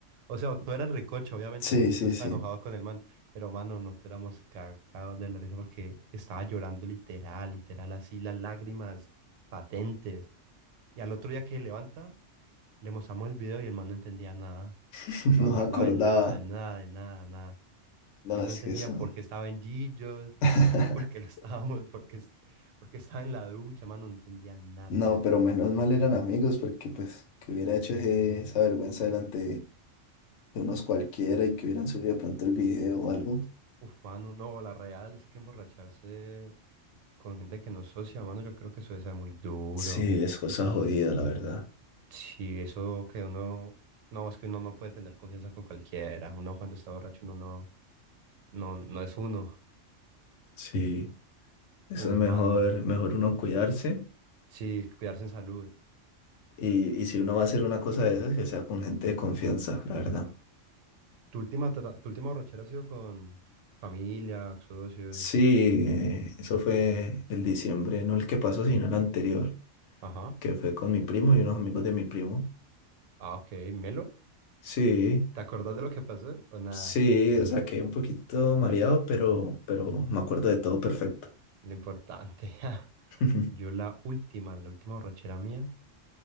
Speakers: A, on the right; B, on the left.
A: O sea, todo era en recocha, obviamente,
B: Sí,
A: mi socio
B: sí,
A: no estaba
B: sí.
A: enojado con el man, pero mano, nos éramos cagados de la risa porque estaba llorando literal, literal, así las lágrimas patentes. Y al otro día que se levanta, le mostramos el video y el man no entendía nada.
B: <laughs>
A: Él no
B: No
A: se acordaba
B: acordaba.
A: de nada, de nada, de nada, de nada.
B: No,
A: Él
B: es
A: no entendía
B: que son.
A: por qué estaba en Gillos,
B: <laughs>
A: <laughs> por qué lo estábamos, por qué, est- por qué estaba en la ducha, mano, no entendía nada.
B: No, pero menos mal eran amigos porque pues que hubiera hecho ese- esa vergüenza delante de unos cualquiera y que hubieran subido pronto el video o algo.
A: Uf, mano, no, la real es que emborracharse con gente que no es socia, mano, yo creo que eso debe ser muy duro.
B: Sí, es cosa jodida, la verdad.
A: Sí, eso que uno, no, es que uno no puede tener confianza con cualquiera. Uno cuando está borracho, uno no, no, no es uno.
B: Sí, eso
A: Uf,
B: es mejor,
A: mano,
B: mejor uno cuidarse
A: sí, cuidarse en salud.
B: y, y si uno va a hacer una cosa de esas, que sea con gente de confianza, la verdad.
A: Tu última, tra- tu última borrachera ha sido con familia, socios.
B: Sí, eh, eso fue el diciembre, no el que pasó, sino el anterior.
A: Ajá.
B: que fue con mi primo y unos amigos de mi primo.
A: Ah, ok, Melo.
B: Sí,
A: ¿Te acordás de lo que pasó? O nada,
B: sí, o sea, quedé un poquito mareado, pero, pero me acuerdo de todo perfecto.
A: lo importante. <laughs>
B: <laughs> ¿En
A: Yo la última, la última borrachera mía,